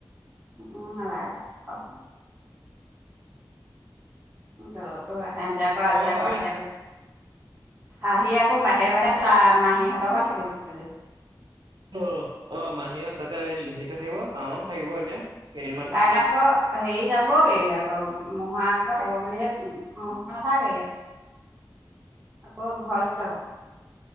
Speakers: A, on the right; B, on the right.
A: মই নালাগে যাব থাক এতিয়া আকৌ
B: যাব
A: আজি আকৌ
B: পাৰে
A: আহে গয় আহি আকৌ বাহিয়ে বাহিয়ে তাৰ মাহীহঁতৰ ঘৰত থাকিব লাগে
B: অ অ মাহীহত তাতে এতিয়া সেইতে থাকিব টাউনত থাকিব এতিয়া কেইদিনমান
A: কাইলৈ আকৌ হেৰি যাবগেই আ ত মহা থাকিব বুলিহে মহা নাথাকে ইয়াত আকৌ ঘৰলে যাব